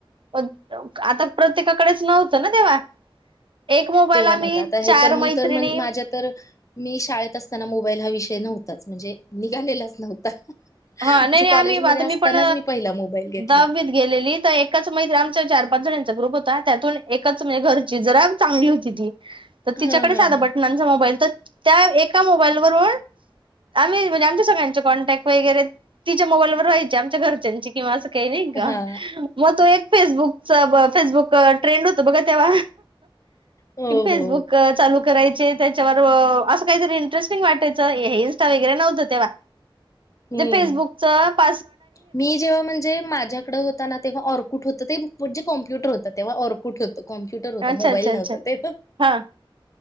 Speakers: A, on the right (about 70°); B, on the left (about 35°).
A: आता प्रत्येकाकडेच नव्हतं ना तेव्हा. एक मोबाईल
B: तेव्हा
A: आम्ही
B: नव्हत आता हे
A: चार
B: तर मी
A: मैत्रिणी
B: तर माझ्या तर मी शाळेत असताना मोबाईल हा विषय नव्हताच म्हणजे निघालेलाच नव्हता. म्हणजे
A: हा नाही नाही
B: कॉलेजमध्ये
A: आम्ही आता
B: असतानाच
A: मी पण
B: पहिला मोबाईल घेतला
A: दहावीत गेलेली तर एकच मैत्रीामच्या चार पाच जणांचा ग्रुप होता त्यातून एकच म्हणजे घरची जरा चांगली होती ती. तर तिच्याकडे
B: हा हा
A: साध
B: हा
A: बटनांचा मोबाईल तर त्या एका मोबाईलवरून आम्ही म्हणजे आमच्या सगळ्यांचे कॉन्टॅक्ट वगैरे तिच्या मोबाईलवर व्हायची आमच्या घरच्यांची किंवा काही नाही का
B: हा
A: मग तो एक फेसबुक फसबुक ट्रेंड होत बघा तेव्हा
B: हो
A: फेसबुक
B: हो
A: चालू करायचे. त्यावर असं काहीतरी इंटरेस्टिंग वाटायचं हे इन्स्टा वगैरे नव्हत तेव्हा.
B: हम्म
A: फेसबुकच <unintelligible>
B: मी जेव्हा म्हणजे माझ्याकडे होता ना तेव्हा ऑर्कुट होत ते म्हणजे कॉम्प्युटर होता तेव्हा ऑरकुट होत कॉम्प्युटर होता
A: अच्छा
B: मोबाईल
A: अच्छा अच्छा
B: नव्हता तेव्हा.
A: हा